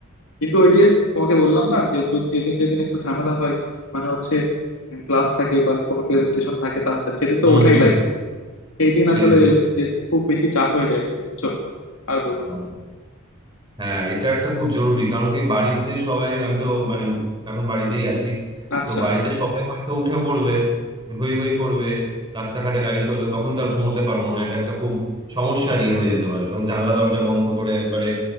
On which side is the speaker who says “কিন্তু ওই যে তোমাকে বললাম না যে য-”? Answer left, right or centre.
Left